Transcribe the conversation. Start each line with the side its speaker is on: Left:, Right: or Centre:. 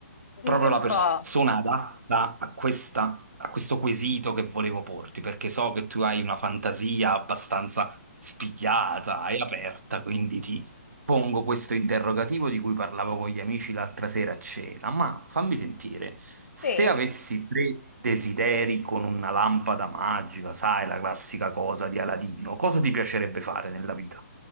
Left: Dimmi
Right: Proprio
Left: un
Right: la persona
Left: po'.
Right: adatta a questa- a questo quesito che volevo porti, perché so che tu hai una fantasia abbastanza spigliata e aperta, quindi ti, Pongo questo interrogativo di cui parlavo con gli amici l'altra sera a cena, ma fammi sentire, se
Left: Sì.
Right: avessi tre desideri con una lampada magica, sai, la classica cosa di Aladino, cosa ti piacerebbe fare nella vita?